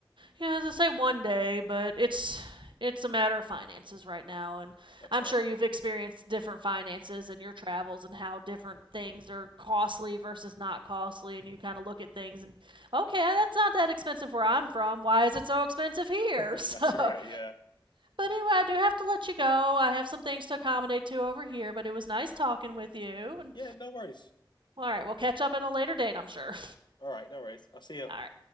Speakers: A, on the right; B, on the left.
A: Yeah, as I say, one day, but it's it's a matter of finances right now, and
B: That's
A: I'm
B: right.
A: sure you've experienced different finances in your travels and how different things are costly versus not costly, and you kind of look at things and okay, that's not that expensive where I'm from. Why is it so expensive here?
B: <laughs>
A: <laughs> So,
B: That's right. Yeah.
A: but anyway, I do have to let you go. I have some things to accommodate to over here, but it was nice talking with you. And
B: Yeah. No worries.
A: all right, we'll catch up at a later date, I'm sure.
B: All right. No worries. I'll see you.
A: <laughs> All right.